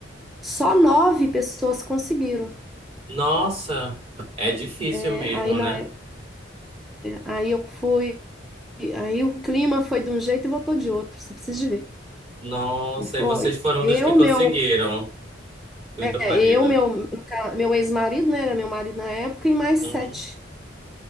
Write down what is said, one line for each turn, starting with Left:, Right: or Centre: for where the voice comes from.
Centre: Só nove pessoas conseguiram.
Right: Nossa, é difícil
Centre: É,
Right: mesmo,
Centre: aí na
Right: né?
Centre: época, aí eu fui E aí o clima foi de um jeito e voltou de outro, você precisa de ver.
Right: Nossa,
Centre: E foi.
Right: e vocês foram
Centre: Eu,
Right: dos que conseguiram,
Centre: meu,
Right: tu
Centre: é,
Right: e teu marido.
Centre: eu, meu, no ca- meu ex-marido, né? Era meu marido na época, e mais
Right: Uhum,
Centre: sete.